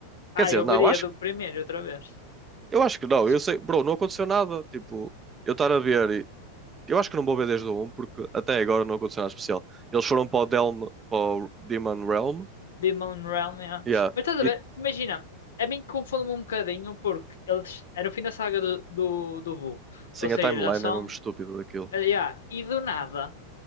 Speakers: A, on the right; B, on the left.
A: Quer
B: Ah,
A: dizer,
B: eu
A: não,
B: veria
A: acho,
B: do primeiro outra vez.
A: eu acho que não. Eu
B: S-
A: sei, bro, não aconteceu nada. Tipo, eu estar a ver. e- Eu acho que não vou ver desde o um porque até agora não aconteceu nada especial. Eles foram para o, Delm, para o Demon Realm.
B: Demon Realm, yeah.
A: Yeah.
B: Mas estás
A: E
B: a ver? Imagina, a mim confunde-me um bocadinho porque eles. Era o fim da saga do, do, do Boo.
A: sim,
B: Ou seja,
A: a timeline
B: já são.
A: é mesmo estúpida daquilo.
B: ah, yeah. E do nada.